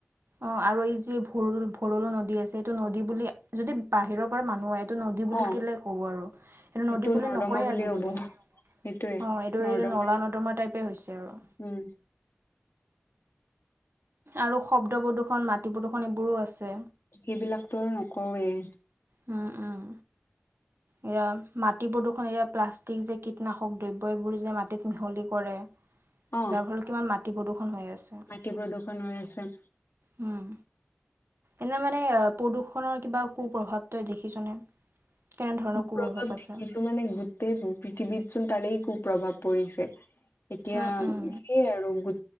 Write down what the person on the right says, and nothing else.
অ, আৰু এই যি ভৰু, ভলৰোঁ নদী আছে। এইটো নদী বুলি যদি বাহিৰৰ পৰা মানুহ আহে নদী বুলি
কেলে ক'ব আৰু
নদী বুলি
নকয়ে
আজিকালি।
অ,
এইটো
এই নলা, নৰ্দমা টাইপে হৈছে আৰু।
আৰু শব্দ প্ৰদূৰ্ষন, মাটি প্ৰদূৰ্ষন এইবোৰো আছে।
উম উম। এতিয়া মাটি প্ৰদূষণে, এতিয়া প্লাষ্টিক যে কীটনাশক দ্ৰব্য এইবোৰ যে মাটিত মিহলি কৰে।
যাৰ ফলত কিমান মাটি প্ৰদূষণ হৈ আছে
উম এনে মানে প্ৰদূষণৰ কিবা কুপ্ৰভাৱ তই দেখিছনে? কেনেধৰণৰ
আছে
উম উম।